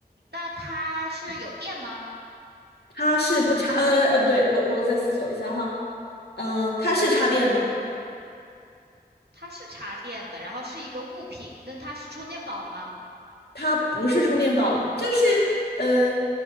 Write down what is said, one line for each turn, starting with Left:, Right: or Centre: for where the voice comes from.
Right: 那它是有电吗？
Left: 它是不插，呃呃，不对，我我再思索一下哈，嗯、它是插电的。
Right: 它是插电的，然后是一个物品，那它是充电宝吗？
Left: 它不是充电宝，就是呃，